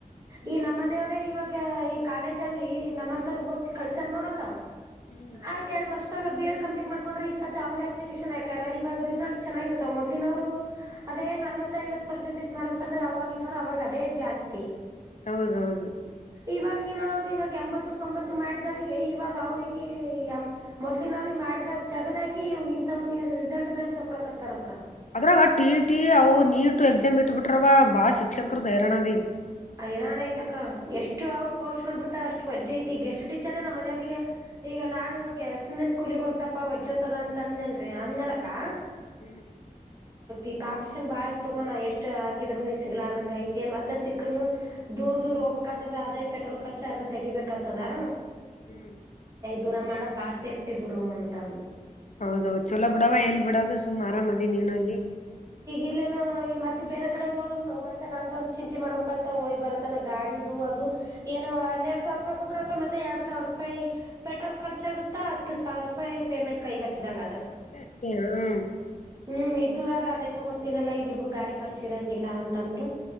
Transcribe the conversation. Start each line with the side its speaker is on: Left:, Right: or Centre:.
Left: ಹ್ಮ್
Right: ಈ ನಮ್ಮನೆಯವ್ರೇ ಇವಾಗ ಈ ಕಾಲೇಜ ಅಲ್ಲಿ ನಮ್ಮಂತವ್ರ ಓದ್ಸಿ ಕಳ್ಸ್ಯಾರ ನೋಡಕ
Left: ಹ್ಮ್
Right: ಆಯ್ತ್ ಎರಡು ವರ್ಷ ಬಿ ಎಡ್ ಕಂಪ್ಲೀಟ್ ಮಾಡಕೊಂಡ್ರೆ ಈ ಸದ ಅವ್ರ ಅಪ್ಲಿಕೇಶನ್ಕಾರ ಇಾಗ ರಿಸಲ್ಟ್ ಚೆಗಿತ್ತ ಮೊದ್ನವ್ರ್ ಅದೇ ನಲ್ವ ಐವತ್ ಪರ್ಸೆಂಟೇಜ್ ಮಾಡ್ಬೇಕಂದ್ರೆ ಅವವಾಗಿನವರು ಅವಾಗ ಅದೇ ಜಾಸ್ತಿ
Left: ಹೌದೌದು
Right: ಇವಾಗಿನ ಅವ್ರು ಇವಾಗ ಎಂಬತ್ತು ತೊಂಬತ್ತು ಮಾಡಿದವರಿಗೆ ಇವಾಗ ಅವ್ರಿಗೆ ಮೊದ್ಲಿನ ಅವ್ರಿಗೆ ಆಡ್ದವ್ರು ತೆಗದಾಕ ಇವು ಇಂಥವ್ರರು ರಿಸಲ್ಟ್ ಮೇಲೆ ತೊಳಕತ್ತಾರಕ್ಕ
Left: ಅದ್ರಾಗ ಟಿ ಟಿ ಅವು ನೀಟ್ ಎಕ್ಸಾಮ್ ಇಟ್ಟ ಬಿಟ್ರವ ಬಾಳ ಶಿಕ್ಷಕರೈರಣದಿ
Right: ಹಐರಾಣ ಐತಕ್ಕ ಎಷ್ಟು ಅವ್ರರು ಪೋಸ್ಟ್ ಗಳು ಬಿಡ್ತಾರ ಅಷ್ಟು ವಜ್ಜ್ ಐತಿ ಈ ಗೆಸಟ್ ಟೀಚರೇ ನಮ್ಮ್ ಮನೆಯವಿಗೆ ಈಗ ನಾನುಗೆ ಸುಮ್ಮನೆ ಸ್ಕೂಲಿಗೆ ಹೋಗ್ಬಿಡಪ್ಪಾ ಹೊಜ್ ಜೊತದ ಅಂತ ಅಂದ್ಲ್ರಿ ಅಂದ್ನಲಕ್ಕ
Left: ಹ್ಮ್
Right: ಈ ಕಾಂಪಟಷನ್ ಬಾಳ ಐತ್ ತಗೋ ಎಷ್ಟ್ ಹಾಕಿದ್ರೂ ಸಿಗ್ಲಾರಂಗಡೈತೈ ನು ದೂರ್ ದೂರ್ ಹೋಗ್ಬೇಕಕ್ತದ ಅದೇ ಪೆಟ್ರೋಲ್ ಖರ್ಚ ಅರ್ಧ ತೆಗಿಬೇಕ್ತದಾ
Left: ಹ್ಮ್
Right: ದೂರ ಮಾಡೋದ್ ಬಾಳ ಸೇಫ್ಟಿ ಬಿಡು ಅಂತ ಅಂದ್ರು
Left: ಹೌದೌ ಚೊಲೋ ಬಿಡಾವ ಎಲ್ಲಿ ಬಿಡದು ಸುಮ್ ಆರಾಮದಿ ನೀವ್ನ ಅಲ್ಲಿ
Right: ಇಲ್ಲೇನ ಮತ್ತೆ ಬೇರೆ ಕಡೆ ಹೋದ್ರುನು ಮತ್ತೆ ನಂದೊಂದು ಚಿಂತೆ ಮಾಡ್ಬೇಕತ್ತ ಹಯ್ ಬರತ್ತನ ಗಾಡಿದು ಅದು ಏನೋ ಹನ್ನೆರಡ್ ಸಾವಿರ ರೂಪಾಯಿ ಕೊಟ್ರಕ ಮತ್ತೆ ಎರಡ್ ಸಾವಿರ ರೂಪಾಯಿ ಪೆಟ್ರೋಲ್ ಖರ್ಚಾಗುತ್ತಾ ಹತ್ತು ಸಾವಿರ ರೂಪಾಯಿ ಪೇಮೆಂಟ್ ಕೈಗತ್ತಿದಂಗ
Left: ಹ
Right: ಹ್ಮ್ ಇದದುರಾಗ ಅದೇ ತೊಗೊತನಲ್ಲ ಇಲ್ ಬಿಡು ಗಾಡಿ ಖರ್ಚ ಇರಂಗಿಲ್ಲ ಅಂತ ಅಂದ್ರು